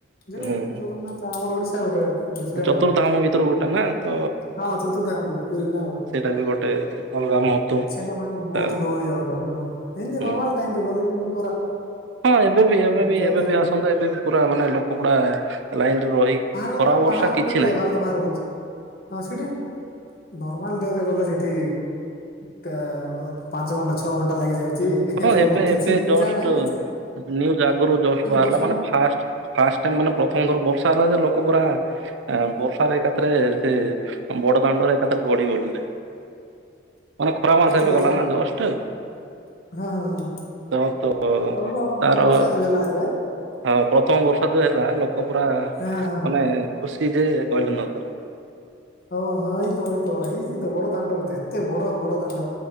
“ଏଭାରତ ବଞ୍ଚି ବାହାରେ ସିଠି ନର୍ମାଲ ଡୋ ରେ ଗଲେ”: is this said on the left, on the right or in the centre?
Left